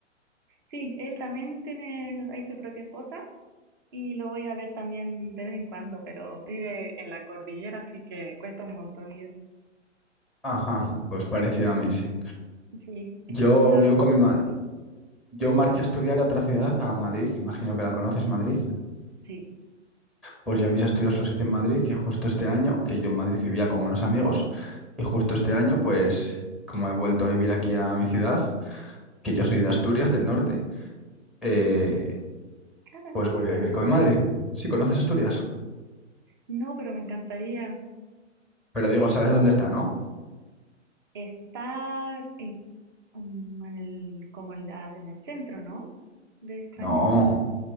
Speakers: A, on the right (about 20°); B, in the centre.
A: sí, él también tiene, hay su propia esposa Y lo voy a ver también de vez en cuando, pero vive en la cordillera, así que cuesta un montón ir.
B: Ajá, pues parecido a mí, sí.
A: Sí, es
B: Yo
A: que tú sabes.
B: vivo con
A: Ay,
B: mi madre. Yo marché a estudiar a otra ciudad, a Madrid, imagino que la conoces, Madrid.
A: sí.
B: Pues yo mis estudios los hice en Madrid y justo este año, que yo en Madrid vivía con unos amigos, y justo
A: ujú.
B: este año, pues como he vuelto a vivir aquí a mi ciudad, que yo soy de Asturias, del norte, eh,
A: Ah, de Asturias.
B: pues volví a vivir con mi madre. Sí, conoces Asturias,
A: No, pero me encantaría.
B: pero digo,
A: Y
B: ¿sabes dónde está, no?
A: está eh, um, en el, como en, la- en el centro, ¿no? De España.
B: No,